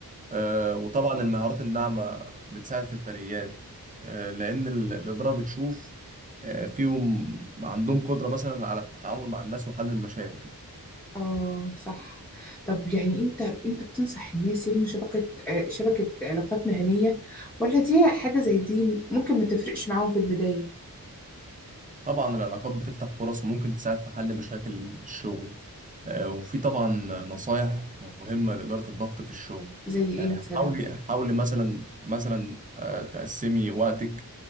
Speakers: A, on the right (about 20°); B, in the centre.
A: آه، وطبعا المهارات الناعمة بتساعد في الترقيات آه، لأن ال- الإدارة بتشوف آه، فيهم عندهم قدرة مثلا على التعامل مع الناس وحل المشاكل
B: اه صح طب يعني انت انت بتنصح الناس يبنوا شبكة آه، شبكة علاقات مهنية ولا دي حاجة زي دي ممكن ما تفرقش معاهم في البداية
A: طبعا العلاقات بتفتح فرص وممكن تساعد في حل مشاكل الشغل آه، وفي طبعا نصايح مهمة لإدارة الضغط في الشغل
B: زي ايه
A: يعني
B: مثلا
A: حاولي حاولي مثلا مثلا آه، تقسمي وقتك